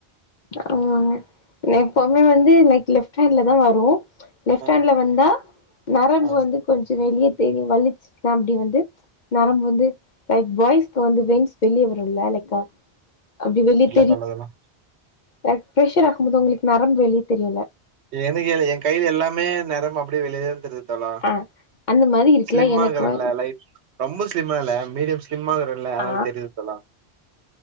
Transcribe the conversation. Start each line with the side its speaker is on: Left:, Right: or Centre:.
Left: ஆமாங்க நா எப்பவுமே வந்து லைக் லெஃப்ட் ஹேண்ட்ல தா வரு லெஃப்ட்
Right: ஆ
Left: ஹாண்ட்ல வந்தா நெரம்பு
Right: ஆ
Left: வந்து கொஞ்சோ வெளியத் தெரியு வலிச்சுதேம் அப்டி வந்து நரம்பு வந்து லைக் பாய்ஸ்க்கு வந்து வென்ஸ் வெளியே வருல்ல லைக்கா அப்டி வெளித்
Right: சொல்லதெல்லா
Left: ரைக் பிரெஷர் ஆகும் போது ஒங்ளுக் நரம்பு வெளியித் தெரியுல
Right: எனுகு எலே எங் கைல எல்லாமே நரம் அப்டியே வெளியேதான் தெரித் தலா
Left: ஆ அந்த மாரி இருக்குல்ல
Right: ஸ்லிம்மாகிறல்ல
Left: எனக்கு வ
Right: லைஃப் ரொம்ப ஸ்லிம்மா இல்ல மீடியம் ஸ்லிம்மா இகறல்ல அதனால்
Left: ஆ
Right: தெரிது தோழா